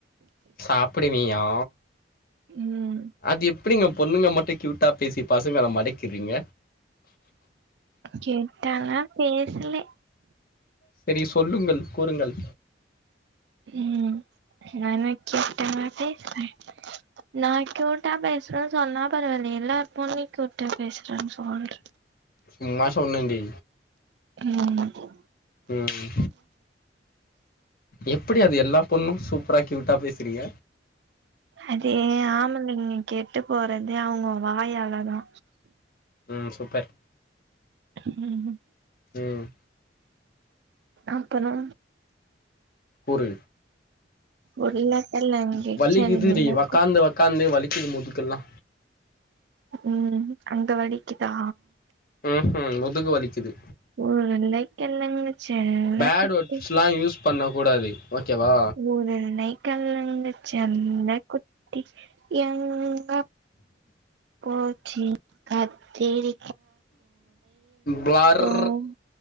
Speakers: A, on the left (about 55°); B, on the right (about 70°).
A: சாப்புடுவியா
B: ம்
A: அது எப் எப்டிங்க பொண்ணுங்க மட்டு கியூட்டா பேசி பசங்கள மடைக்கிறீங்க
B: கியூட்டாலா பேசுலே
A: செரி சொல்லுங்கள் கூறுங்கள்
B: ம் நான கேட்ட <inaudible> நா கியூட்டா பேசுறேன் சொன்னா பரவால்ல எல்லா பொண்ணு கியூட்டா பேசுச்சு சொல்ற
A: சும்மா சொன்னேடி
B: ம் அப்றோ
A: ம் எப்டி அது எல்லா பொண்ணு சூப்பரா கியூட்டா பேசுறீங்க
B: அது ஆம்பளைங்க கெட்டு போறதே அவங்க வாயால தா
A: ம் சூப்பர்
B: ம்
A: ம்
B: அப்பனா
A: கூறு
B: உருளக்கெழங்கு
A: வள்ளிக்குது
B: செல்ல
A: டி வக்காந்து
B: குட்டி
A: வக் காந்து வலிக்குது முதுகெல்லா
B: ம் அங்க வலிக்குதா
A: ம்ஹூம் முதுகு வலிக்குது
B: உருளைக்கிழங்கு செல்லக்குட்டி
A: பேட் வேர்ட்ஸ்லா யூஸ் பண்ண கூடாது ஓகேவா
B: உருளைக் கெழங்கு செல்லக்குட்டி எங்க போச்சி கத்திரி
A: பர்
B: தூங்